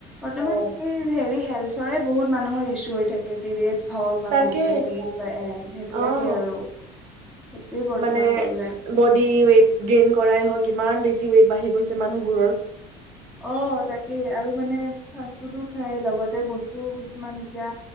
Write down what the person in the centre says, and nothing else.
<unintelligible> এই হেৰি হেল্থৰে বহুত মানুহৰ ইচ্ছুহৈ থাকে। পিৰিয়েছ সক
মেণ্টেল পিৰিয়েছ বা এন সেইবিলাকেই
আৰু সেইটোৱে বৰ্তমান
প্ৰব্লেম
অ তাকে আৰু মানে ফাষ্ট ফুডো খাই লগতে বস্তু কিছুমান এতিয়া